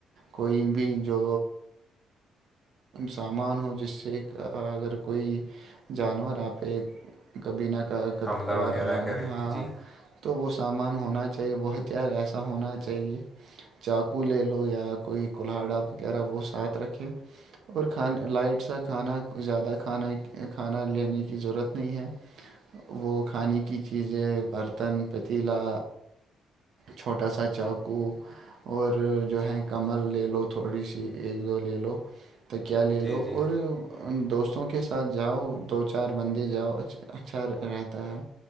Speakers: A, on the right; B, in the centre.
A: کوئی بھی جو سامان ہو جس سے اگر کوئی جانور آپ پہ کبھی نہ کہ کبھی
B: حملہ
A: کبھار
B: وغیرہ
A: الان
B: کرے
A: رہا
B: جی
A: تو وہ سامان ہونا چاہیے بہت یار ایسا ہونا چاہیے چاقو لے لو یا کوئی کولہاڑا وغیرہ وہ ساتھ رکھے اور کھانا لائٹ سا کھانا زیادہ کھانا کھانا لینے کی ضرورت نہیں ہے وہ کھانے کی چیزیں برتن پتیلا چھوٹا سا چاقو اور جو ہے کمل لے لو تھوڑی سی ایک دو لے لو تو کیا لے
B: جی
A: لو
B: جی
A: اور ان دوستوں کے ساتھ جاؤ دو چار بندے جاؤ اچھا رہتا ہے